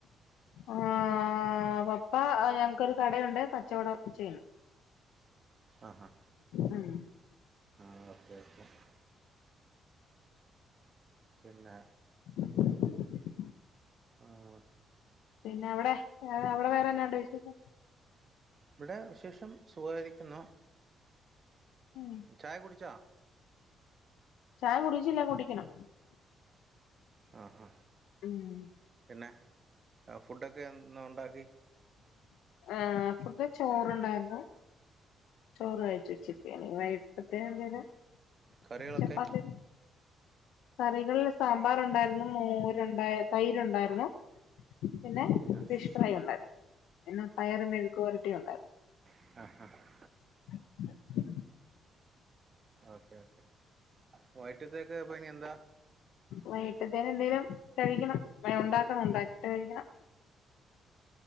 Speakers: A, on the left (about 85°); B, on the right (about 40°).
A: അഹ് പപ്പ ഞങ്ങക്കൊരു കടയുണ്ട് കച്ചവടം ചെയ്യുന്നു
B: ആഹാ
A: അഹ്
B: <inaudible> പിന്നെ
A: <inaudible>
B: അഹ്
A: പിന്നെ അവിടെ അവിടെ വേറെന്നണ്ടെ വിശേഷം
B: ഇവിടെ വിശേഷം സുഖായിരിക്കുന്നു.
A: ഉം
B: ചായ കുടിച്ചാ
A: ചായ കുടിച്ചില്ല കുടിക്കണം
B: ആഹാ
A: ഉം
B: പിന്നെ ഫുഡൊക്കെ എന്ന ഉണ്ടാക്കി
A: ആഹ് ഫുഡ് ചോറുണ്ടായിരുന്നു ചോറ് കഴിച്ചു ഉച്ചക്ക് എനി വൈടത്തെ എന്തലു
B: കറികളൊക്കെ
A: ചപ്പാത്തി കറികളിൽ സാമ്പാറ ഉണ്ടായിരുന്നു മോരുണ്ടായി തൈര്ണ്ടായിരുന്നു പിന്നെ
B: ആഹ്
A: ഫിഷ് ഫ്രൈ ഉണ്ടായിരുന്നു പിന്നെ പയറ് മെഴുക്ക് വരട്ടിയ ഉണ്ടായിരുന്നു
B: ആഹ
A: <inaudible>
B: ഓക്കേ ഓക്കെ വൈറ്റത്തേക്ക് ഇപ്പോ ഇനി എന്താ
A: വൈകിട്ടിൽത്തേ എന്തെലും കഴിക്കണം ഉണ്ടാക്കണം ഉണ്ടാക്കിട്ട് കഴിക്കണം